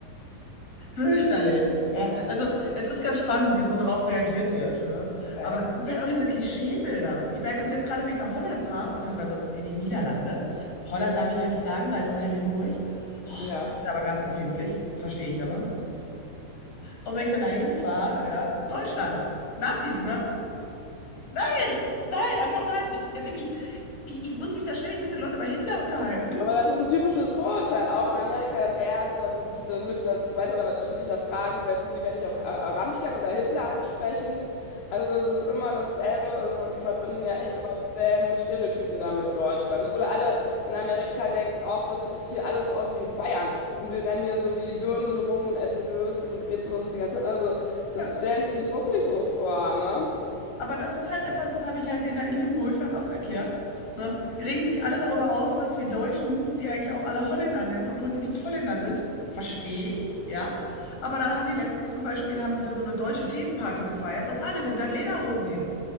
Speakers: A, on the left; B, on the left.
A: Fürchterlich. Ja, also es ist ganz spannend, wie so drauf reagiert wird, ne?
B: geil.
A: Aber es gibt halt auch diese Klischeebilder. Ich merke das jetzt gerade, wenn ich nach Holland fahre, beziehungsweise in die Niederlande. Holland darf ich ja nicht sagen, weil es ist ja Limburg. Oh,
B: Ja.
A: sind aber ganz empfindlich, verstehe ich aber. Und wenn ich dann dahin fahre, ja, Deutschland, Nazis, ne? Nein, nein, einfach nein. Ich, wirklich, ich, ich muss mich da ständig mit den Leuten über Hitler unterhalten.
B: Aber das ist ein typisches Vorurteil, auch in Amerika, das erste oder mit, mit, mit das zweite oder was, was die dich da fragen, wird, die werden dich auf äh, Rammstein oder Hitler ansprechen. Also das ist immer dasselbe. Also man, die verbinden ja echt immer dieselben Stereotypen da mit Deutschland. Ne? Oder alle in Amerika denken auch, das sieht hier alles so aus wie in Bayern. Und wir rennen hier so wie die Dirndl rum und essen Würstchen und Brezel und so die ganze Zeit. Also das
A: <laughs>
B: stellen die sich wirklich so vor, ne?
A: Aber das ist halt etwas, das habe ich halt denen da in Limburg halt auch erklärt. Ne? Die regen sich alle darüber auf, dass wir Deutschen, die eigentlich auch alle Holländer nennen, obwohl sie nicht Holländer sind, verstehe ich, ja. Aber dann haben die letztens zum Beispiel, haben die da so eine deutsche Themenparty gefeiert und alle sind dann Lederhosen hin.